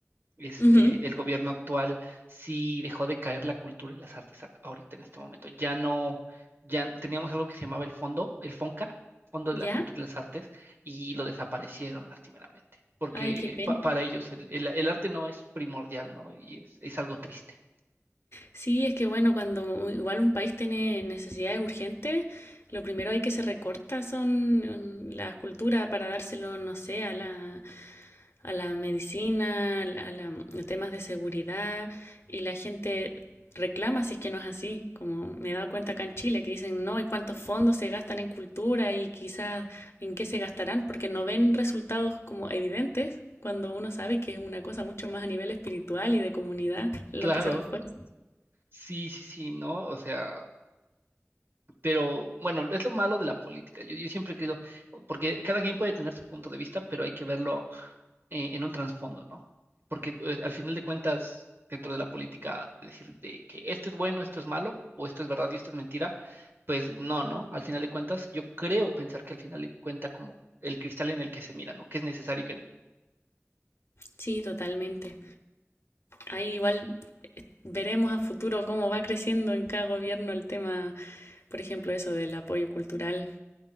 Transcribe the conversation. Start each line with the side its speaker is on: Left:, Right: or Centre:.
Right: este,
Left: ujú.
Right: el gobierno actual sí dejó de caer la cultura y las artes ac- ahorita en este momento. Ya no, ya teníamos algo que se llamaba el fondo, el FONCA, Fondo
Left: ¿Ya?
Right: de la Cultura y las Artes, y lo desaparecieron lastimeramente, porque
Left: Ay, qué pena.
Right: pa- para ellos el, el- el arte no es primordial, ¿no? Y es, es algo triste.
Left: Sí, es que bueno, cuando u- igual un país tiene necesidades urgentes, lo primero hay que se recorta son mm, la cultura para dárselo, no sé, a la, a la medicina, a, la- a temas de seguridad, y la gente reclama si es que no es así, como me he dado cuenta acá en Chile, que dicen no, ¿y cuántos fondos se gastan en cultura y quizás en qué se gastarán? Porque no ven resultados como evidentes cuando uno sabe que es una cosa mucho más a nivel espiritual y de comunidad lo
Right: Claro,
Left: que se refuerza.
Right: sí, sí, sí, ¿no? O sea, Pero bueno, es lo malo de la política. Yo, yo siempre he creído, porque cada quien puede tener su punto de vista, pero hay que verlo eh, en un trasfondo, ¿no? Porque eh, al final de cuentas, dentro de la política, decir de que esto es bueno, esto es malo, o esto es verdad y esto es mentira, pues no, ¿no? Al final de cuentas, yo creo pensar que al final de cuenta como el cristal en el que se mira, ¿no? Que es necesario y que no.
Left: Sí, totalmente. Ahí igual eh, veremos a futuro cómo va creciendo en cada gobierno el tema, por ejemplo, eso del apoyo cultural.